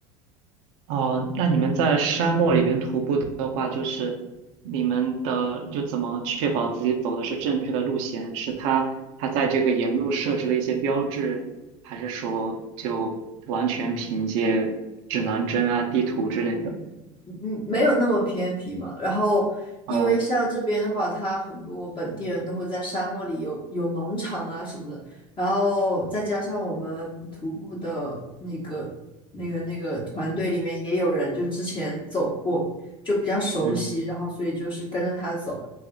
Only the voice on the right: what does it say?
哦，那你们在沙漠里边徒步的话，就是你们的就怎么确保自己走的是正确的路线？是他他在这个沿路设置了一些标志，还是说就完全凭借指南针啊、地图之类的？
哦，
嗯